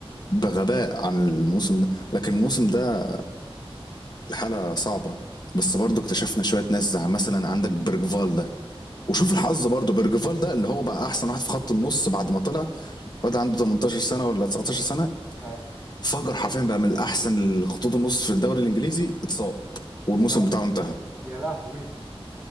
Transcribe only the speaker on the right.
امم
ايوه
يا لهوي
يا لهوي